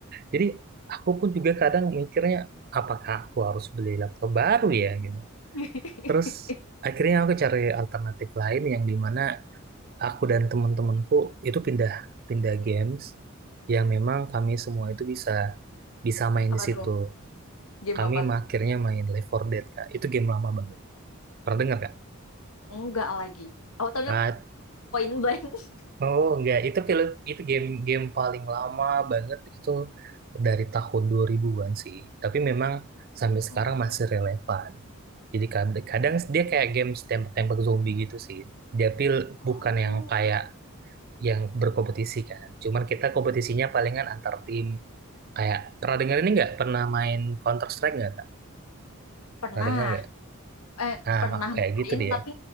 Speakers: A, on the right; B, on the left.
A: Jadi aku pun juga kadang mikirnya apakah aku harus beli laptop baru ya gitu.
B: <laughs>
A: Terus akhirnya aku cari alternatif lain yang dimana aku dan teman-temanku itu pindah pindah games yang memang kami semua itu bisa bisa main
B: Apa
A: di situ.
B: tuh? Game
A: Kami
B: apa?
A: akhirnya main Left 4 Dead Kak. Itu game lama banget. Pernah dengar Kak?
B: enggak lagi aku taunya
A: Nah,
B: point blank <laughs>
A: Oh enggak, itu film itu game game paling lama banget itu dari tahun 2000-an sih. Tapi memang sampai sekarang
B: Oh,
A: masih relevan. Jadi kad- kadang, dia kayak game tembak-tembak zombie gitu sih. Dia pil
B: oh.
A: bukan yang kayak yang berkompetisi kan. Cuman kita kompetisinya palingan antar tim. Kayak pernah dengar ini nggak? Pernah main Counter Strike nggak, Kak?
B: pernah
A: Pernah dengar nggak?
B: eh
A: Nah,
B: pernah
A: kayak
B: main
A: gitu dia.
B: tapi